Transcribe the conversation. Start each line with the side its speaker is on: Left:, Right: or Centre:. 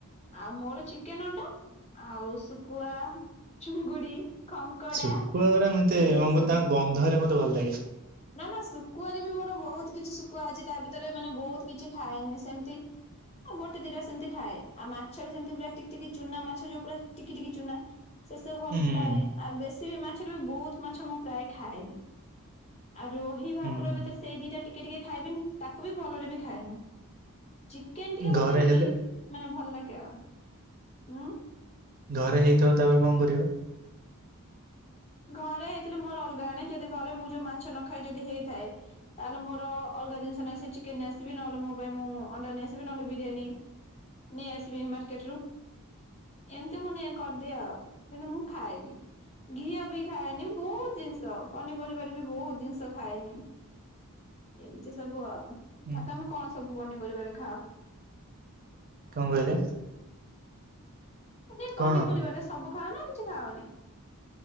Left: ଆଉ ମୋର ଚିକେନ, ଅଣ୍ଡା ଆଉ ଶୁଖୁଆ, ଚୁଙ୍ଗୁଡି। ଖଙ୍କଡା
Right: ଶୁଖୁଆ ଗୁରା ମତେ
Left: ଏଇ
Right: କଣ
Left: ସବୁ।
Right: ତାଙ୍କ ଗନ୍ଧରେ ମତେ ଭଲ ଲାଗେ
Left: ନା ନା ଶୁଖୁଆରେ ବି ମୋର ବହୁତ କିଛି ଶୁଖୁଆ ଅଛି ତା ଭିତରେ ମାନେ ବହୁତ କିଛି ଖାଏନି ସେମିତି। ଅଁ ଗୋଟେ ଦିଟା ସେମିତି ଖାଏ ଆଉ ମାଛରେ ସେମିତି ପୁରା ଟିକି ଟିକି ଚୁନା ମାଛ ଯୋଉ ପୁରା ଟିକି ଟିକି ଚୁନା। ସେ ସବୁ ଭଲ
Right: ହୁଁ
Left: ପାଏ ଆଉ ବେଶୀ ବି ମାଛରେ ବି ବହୁତ ମାଛ ମୁଁ ପ୍ରାୟେ ଖାଏନି। ଆଉ ରୋହି, ଭାକୁର
Right: ହୁଁ
Left: ଭିତରେ ସେଇ ଦିଟା ଟିକେ ଟିକେ ଖାଇବିନ ତାକୁ ବି ଭଲରେ ବି ଖାଏନି। ଚିକେନ ଟିକେ
Right: ଘରେ
Left: ମୋର ଟିକେ ବେଶୀ
Right: ହେଲେ
Left: ମାନେ ଭଲ ଲାଗେ ଆଉ ଉଁ।
Right: ଘରେ ହେଇଥିବ ତାପରେ କଣ କରିବ?
Left: ଘରେ ଥିଲେ ମୋର ଅଲଗା ଆଣେ ଯଦି ଘରେ ମୁଁ ଯୋଉ ମାଛ ନ ଖାଏ ଯଦି ହେଇଥାଏ ତାହେଲେ ମୋର ଅଲଗା ଜିନିଷ ନେଇ ଆସେ ଚି କେନ ନେଇଆସିବି ନହେଲେ ମୋ ପାଇଁ ମୁଁ ଅଣ୍ଡା ନେଆଇସିବି ନହେଲେ ବିରିୟାନୀ। ନେଇ ଆସିବି ମାର୍କେଟ ରୁ। ଏମିତି ମୁଁ ନିଏ କରିଦିଏ ଆଉ କିନ୍ତୁ ମୁଁ ଖାଏନି ଘିଅ ବି ଖାଏନି ବହୁତ ଜିନିଷ ପନିପରିବାରେ ବି ବହୁତ ଜିନିଷ ଖାଏନି। ଏମିତି ସବୁ ଆଉ ଆଉ
Right: ହୁଁ
Left: ତମେ କଣ ସବୁ ପନିପରିବାରେ ଖାଅ?
Right: କଣ କହିଲେ?
Left: ସେମିତି ପନିପରିବାରେ
Right: କଣ
Left: ସବୁ ଖାଅନା କିଛି ଖାଅନି?